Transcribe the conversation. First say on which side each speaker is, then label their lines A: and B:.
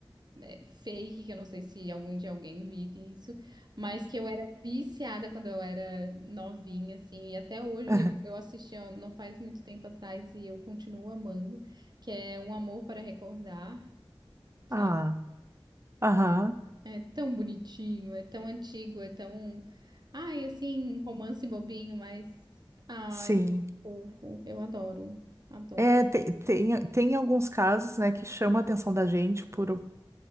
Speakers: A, on the right (about 50°); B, on the right (about 30°).
A: é, fake, que eu não sei se algum dia alguém vive isso, mas que eu era viciada quando eu era novinha, assim, e até hoje
B: <laughs>
A: eu, eu assisti ó, não faz muito tempo atrás e eu continuo amando, que é Um Amor para Recordar, sabe?
B: Ah, aham,
A: É tão bonitinho, é tão antigo, é tão. Ai, assim, romance bobinho, mas. Ai,
B: sim.
A: é tão fofo. Eu adoro, adoro.
B: É, te- tem, tem, alguns casos, né, que chamam a atenção da gente por,